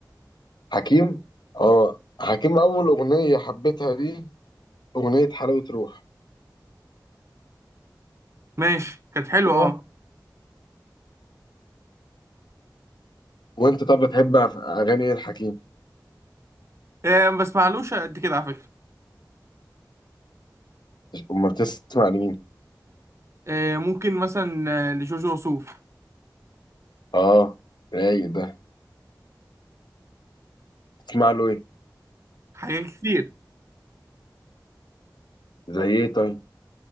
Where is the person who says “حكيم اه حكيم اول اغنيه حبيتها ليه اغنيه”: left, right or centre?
Left